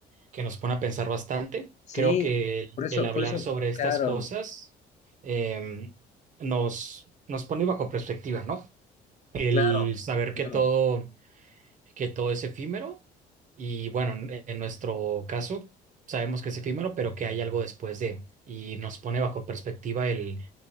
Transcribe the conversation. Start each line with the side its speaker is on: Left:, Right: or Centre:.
Right: que nos pone a pensar bastante.
Left: Sí,
Right: Creo que el,
Left: por eso,
Right: el hablar
Left: por eso,
Right: sobre estas
Left: claro,
Right: cosas em, nos, nos pone bajo perspectiva, ¿no? el
Left: claro,
Right: saber
Left: claro.
Right: que todo, que todo es efímero y bueno, en en nuestro caso sabemos que es efímero, pero que hay algo después de y nos pone bajo perspectiva el,